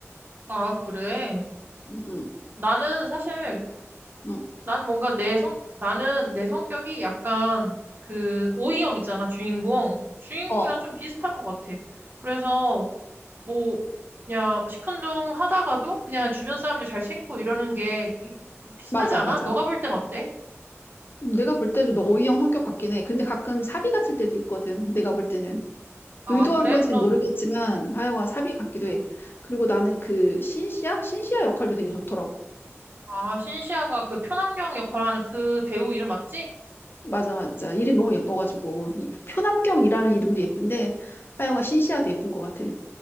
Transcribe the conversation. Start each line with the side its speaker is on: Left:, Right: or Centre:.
Right: 아, 그래.
Left: 응, 응,
Right: 나는 사실
Left: 응.
Right: 난 뭔가 내 성, 나는 내 성격이 약간 그 오이형 있잖아, 주인공. 주인공이랑
Left: 어,
Right: 좀 비슷한 것 같아. 그래서 뭐 그냥 시큰둥 하다가도 그냥 주변 사람들 잘 챙기고 이러는 게 이- 비슷하지
Left: 맞아,
Right: 않아?
Left: 맞아.
Right: 너가 볼 땐 어때?
Left: 내가 볼 때도 너 O형 성격 같긴 해. 근데 가끔 사비 같을 때도 있거든. 내가 볼 때는.
Right: 아,
Left: 의도한
Right: 그래?
Left: 건지
Right: 그럼
Left: 모르겠지만 하여간 사비 같기도 해. 그리고 나는 그 신시아? 신시아 역할도 되게 좋더라고.
Right: 아, 신시아가 그 표남경 역할하는 그 배우 이름 맞지?
Left: 맞아, 맞아. 이름 너무 예뻐가지고. 이 표남경이라는 이름도 예쁜데 하여간 신시아도 예쁜 것 같아.